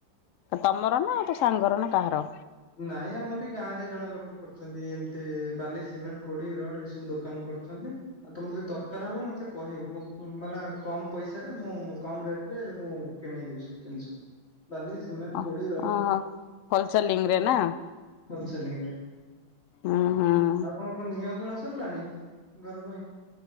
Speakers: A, on the left; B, on the left.
A: ତମର ନା ତୋ ସାଙ୍ଗର ନା କାହାର?
B: ନାଇଁ ଆମର ଏଇ ଗାଁରେ ଜଣେ ଲୋକ କରିଚନ୍ତି ଏମିତି ବାଲି, ସିମେଣ୍ଟ, ଗୋଡି, ରଡ୍ ଏସବୁ। ବୁ ଦୋକାନ କରିଚନ୍ତି। ଆଉ ତମର ଯଦି ଦରକାର୍ ହବ ମତେ କହିବ ମୁଁ ମାନେ କମ୍ ପଇସାରେ ମୁଁ କମ୍ ରେଟ୍ ରେ ମୁଁ କିଣେଇଦେବି ସବୁ ଜିନିଷ। ବାଲି, ସିମେଣ୍ଟ,
A: ଓହୋ
B: ଗୋଡି, ରଡ୍
A: ହୋଲସେଲିଂ ରେ ନା
B: ହୋଲସେଲିଂରେ।
A: ଉଁ -ହଁ।
B: ଆଉ ତମର କଣ ନିଁଅ ଖୋଳା ସରିଲାଣି ଘର ପାଇଁ?